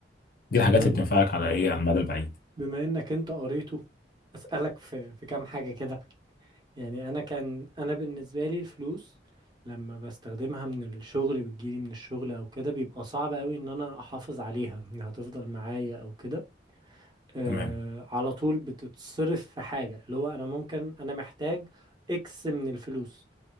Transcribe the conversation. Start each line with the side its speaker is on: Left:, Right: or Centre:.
Left: دي الحاجات
Right: طب
Left: اللي بتنفعك على ايه على المدى البعيد
Right: بما انك انت قريته اسألك في في كام حاجة كده يعني انا كان انا بالنسبه لي الفلوس لما بستخدمها من الشغل بتجيلي من الشغل او كده بيبقى صعب قوي ان انا احافظ عليها انها تفضل معايا او كده آه
Left: تمام
Right: على طول بتتصرف في حاجه اللي هو انا ممكن انا محتاج اكس من الفلوس